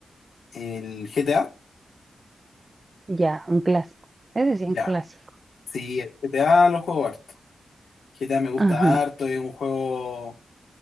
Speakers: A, on the left; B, on the right.
A: El G T A
B: Ya, un clásico. Ese sí
A: Ya.
B: es un clásico.
A: Sí, el G T A lo juego harto. G T A me gusta
B: Ajá.
A: harto, es un juego